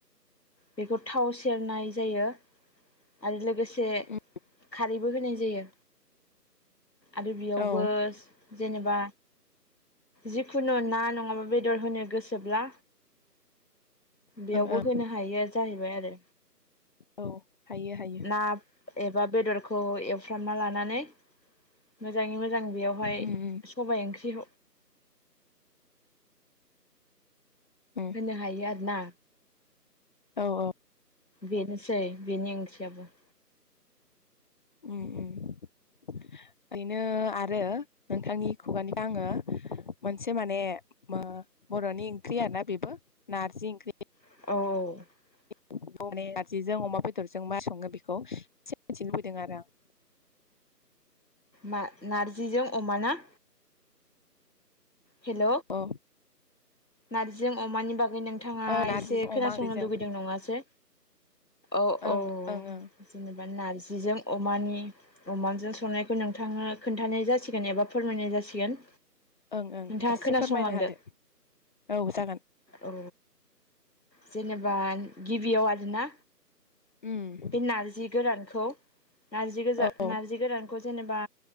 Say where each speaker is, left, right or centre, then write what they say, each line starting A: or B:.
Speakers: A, on the left; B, on the left.
A: बेखौ थाव सेरनाय जायो आरो लोगोसे से
B: उम
A: खारैबो होनाय जायो आरो बेयावबो
B: औ ओं
A: जेनेबा जिखुनु ना नङाबा बेदर होनो गोसोब्ला बेयावबो
B: ओं
A: होनो हायो जाहैबाय आरो
B: औ हायो हायो
A: ना एबा खौ एवफ्रामना लानानै मोजाङै मोजां बेवहाय
B: उम उम
A: सबाय ओंख्रि
B: उम
A: होनो हायो आरोना
B: औ औ
A: बेनोसै बेनि ओंख्रिआबो
B: उम उम ओरैनो आरो नोंथांनि खुगानिबो आङो मोनसे माने ओ बर'नि ओंख्रि आरोना बेबो नारजि ओंख्रि
A: औ
B: बेखौ माने नारजिजों अमा बेदरजों मारै सङो बेखौ एसे मिथिनो लुबैदों आरो आं <inaudible>
A: ना नारजिजों अमाना हेल'
B: औ
A: नारजि अमानि बाग गै नोंथाङा
B: औ नारजिजों
A: एसे खोनासंनो
B: अमा ओंख्रिजों
A: लुुबैदों नङासो औ-औ
B: ओं ओं ओं
A: बिदिनो बा नारजिजों अमानि अमाजों संनायखौ नोंथाङनो खोन्थानाय जासिगोन एबा फोरमायनाय जा जासिगोन
B: ओं ओं
A: नोंथाङा
B: एसे
A: खोनासंलांदो
B: फोरमायना होदो औ जागोन
A: औ जेनो बा गिबियाव आरोना
B: उम
A: बे नारजि गोरानखौ नारजि गोजान
B: औ औ
A: नार्जि गोरानखौ जेनेबा